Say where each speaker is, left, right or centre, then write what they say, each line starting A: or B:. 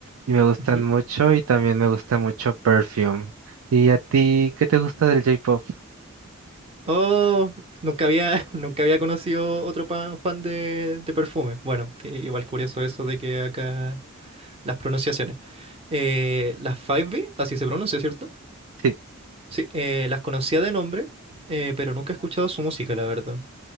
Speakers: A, on the right; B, on the right.
A: y me gustan
B: Ujú.
A: mucho y también me gusta mucho Perfume. ¿Y a ti qué te gusta del J-Pop?
B: Oh, nunca había, <laughs> nunca había conocido otro pa- fan de, de Perfume. Bueno, i- igual curioso eso de que acá las pronunciaciones. Eh, las 5B, así se pronuncia, ¿cierto?
A: Sí.
B: Sí, eh, las conocía de nombre, eh, pero nunca he escuchado su música, la verdad.